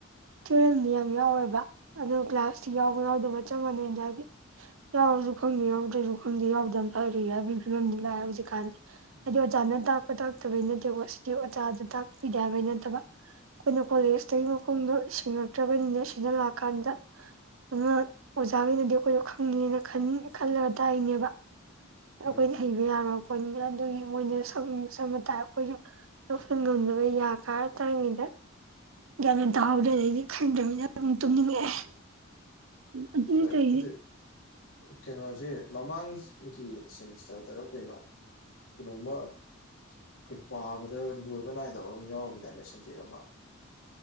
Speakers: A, on the right; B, on the left.
A: ꯊꯤꯑꯣꯔꯝꯗꯤ ꯌꯥꯝ ꯌꯥꯎꯔꯣꯢꯕ ꯑꯗꯣ ꯀ꯭ꯂꯥꯁꯇꯤ ꯌꯥꯎꯕ ꯌꯥꯎꯗꯕ ꯆꯞ ꯃꯥꯟꯅꯩ <unintelligible> ꯌꯥꯎ ꯑꯩꯁꯨ ꯈꯪꯗꯦ ꯌꯥꯎꯗ꯭ꯔꯁꯨ ꯈꯪꯗꯦ ꯌꯥꯎꯗꯕꯅ ꯐꯔꯦ ꯍꯥꯏꯕꯤ ꯐꯤꯕꯝꯗ ꯂꯥꯛꯑꯦ ꯍꯧꯖꯤꯛꯀꯥꯟꯗ
B: ꯎꯝ
A: ꯍꯥꯏꯗꯤ ꯑꯣꯖꯥꯅ ꯇꯥꯛꯄ ꯇꯥꯛꯇꯕꯩ ꯅꯠꯇꯦꯀꯣ ꯁꯤꯗꯤ ꯑꯣꯖꯥꯗ ꯇꯥꯛꯄꯤꯗꯦ ꯍꯥꯏꯕꯩ ꯅꯠꯇꯕ ꯑꯩꯈꯣꯏꯅ ꯀꯣꯂꯦꯖꯇꯒꯤ
B: ꯍꯣꯏ
A: ꯃꯈꯣꯡꯗꯣ ꯁꯦꯡꯉꯛꯇ꯭ꯔꯕꯅꯤꯅ ꯁꯤꯗ ꯂꯥꯛꯑꯀꯥꯟꯗ ꯑꯗꯨꯅ ꯑꯣꯖꯥꯒꯩꯅꯗꯤ ꯑꯩꯈꯣꯏꯗꯣ ꯈꯪꯉꯤꯅ ꯈꯟ ꯈꯜꯂꯒ ꯇꯥꯛꯏꯅꯦꯕ
B: ꯍꯣꯏ
A: ꯑꯩꯈꯣꯏꯗꯤ ꯍꯩꯕ ꯌꯥꯔꯣꯏ ꯑꯗꯨꯒꯤ ꯃꯣꯏꯅ ꯁꯝ ꯁꯝꯃ ꯇꯥꯛꯑꯦ ꯑꯩꯈꯣꯏꯁꯨ ꯂꯧꯁꯤꯟ ꯉꯝꯗꯕꯩ ꯌꯥ ꯀꯥꯔ ꯇꯥꯔꯤꯉꯩꯗ
B: <inaudible>
A: ꯒ꯭ꯌꯥꯟ ꯃꯦꯟ ꯇꯥꯍꯧꯗꯦ ꯑꯗꯩꯗꯤ ꯈꯪꯗ꯭ꯔꯕꯅꯤꯅ ꯑꯗꯨꯝ ꯇꯨꯝꯅꯤꯡꯉꯛꯑꯦ ꯑꯗꯨꯅꯤ
B: ꯍꯣꯏ
A: ꯇꯧꯔꯤꯁꯦ
B: ꯑꯗꯨ ꯀꯩꯅꯣꯁꯦ ꯃꯃꯥꯡ ꯒꯤ ꯁꯦꯃꯤꯁꯇꯔꯗꯔ ꯀꯩꯅꯣ ꯀꯩꯅꯣꯃ ꯑꯩꯈꯣꯏ ꯄꯥꯕꯗ ꯂꯣꯏꯕ ꯅꯥꯏꯗꯕ ꯑꯃ ꯌꯥꯎꯈꯤꯗꯥꯏꯅꯦ ꯁꯕꯖꯦꯛ ꯑꯃ